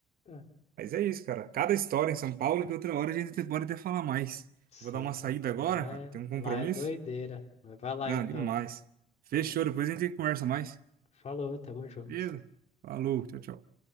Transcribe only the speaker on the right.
Mas é isso, cara. Cada história em São Paulo que outra hora a gente pode até falar mais.
Vou dar uma saída agora,
cara.
Tem um compromisso?
Não,
demais. Fechou, depois a gente conversa mais.
Beleza? Falou, tchau, tchau.